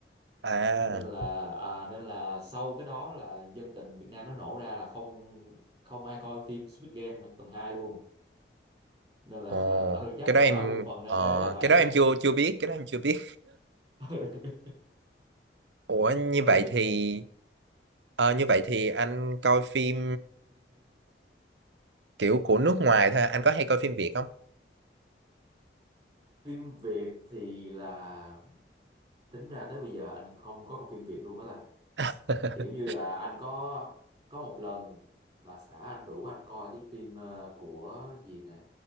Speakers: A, on the right (about 80°); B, on the right (about 25°).
A: à
B: nên là à, nên là sau cái đó là dân tình Việt Nam nó nổ ra là không không ai coi phim Squid Game phần 2 luôn nên là
A: ồ
B: <laughs> ừ chắc
A: cái đó
B: phần
A: em
B: đó cũng phần nó
A: ờ,
B: ế là vậy
A: cái đó
B: đó
A: em chưa chưa biết cái đó em chưa biết
B: <laughs> Ừ,
A: ủa như
B: nói
A: vậy
B: chung phim
A: thì ờ, như vậy thì anh coi phim kiểu của nước ngoài thôi anh có hay coi phim Việt không
B: phim Việt thì là tính ra tới bây giờ anh không có coi phim Việt luôn á ta
A: <laughs>
B: kiểu như là anh có có một lần bà xã anh rủ anh coi cái phim ờ, của gì nè